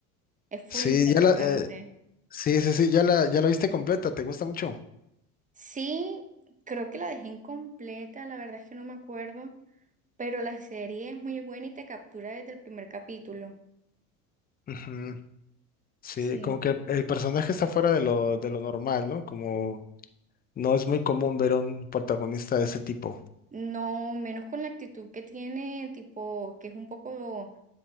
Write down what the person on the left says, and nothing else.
Sí,
ya la, eh, sí, sí, sí, ya la, ya la viste completa. ¿Te gusta mucho?
Ujú. Sí,
como que el personaje está fuera de lo, de lo normal, ¿no? Como no es muy común ver un protagonista de ese tipo.